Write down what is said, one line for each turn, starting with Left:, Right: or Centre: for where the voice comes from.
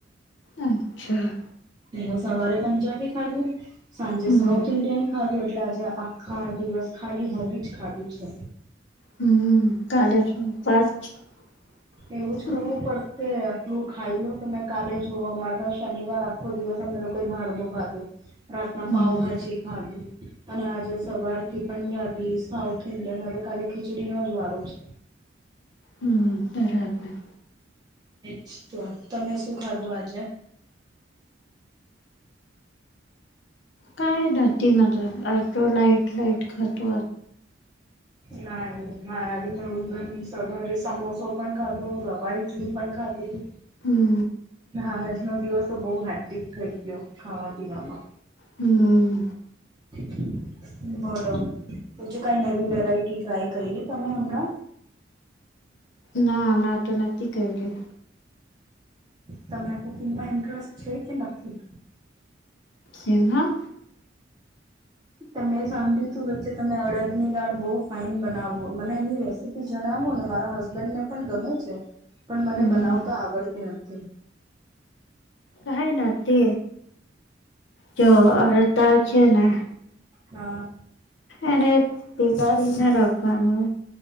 Left: અચ્છા
Right: એનું સવારે પંજાબી ખાધું સાંજે
Left: હમ
Right: સાઉથ ઇન્ડિયન ખાધું એટલે આજે આખા દિવસ ખાલી હવી જ ખાધું છે
Left: હમ કાલે <unintelligible>
Right: એવું જ કરવું પડશે આટલું ખાઈ લો તમે કાલે જુઓ અમારે ત શનિવાર આખો દિવસ અમે લોકો ભડ નું ખાધું રાતના
Left: હમ
Right: પાઉભાજી ખાવ અને આજે સવાર થી પંજાબી સાઉથ ઇન્ડિયન હવે કાલે ખીચડીનોો જ વારો છે
Left: હમ બરાબર
Right: ચ તો તમે શું ખાધું આજે
Left: કાઈ નથી મતલબ આટો લાટ લઇટ ખતો
Right: ના ભાઈ આજે મે ઉલગન સવારે સમોસો પણ ખાધું રવા ઈટલી પણ ખાધી
Left: હમ્મ
Right: આજ ન દિવસ તો બહ હેક્ટિક થઇ ગયો ખાવા પીવાવામાં
Left: હમ
Right: <inaudible> બોલો બીજું કઈ નવી વેરાઈટી ટ્રાય કરી તમે હમણાં
Left: ના હમણાં તો નથી ક રહી
Right: તમને કુકિંગમાં ઇન્ટરેસ્ટ છે કે નથી
Left: જિમ હ
Right: તમે સાંભળ્યું તું વચ્ચે તમે અડદ ની દાળ બહુ ફાાઈન બનાવો મને એની રેસીપી જણાવો ને મારા હસબન્ડને પણ ગમે છે પણ મને
Left: હમ
Right: બનાવું તો આવડતી નથી
Left: કહે ના તે કે અરડ દાળ છે ને
Right: હા
Left: એને ભીગાડીને રાખવાનું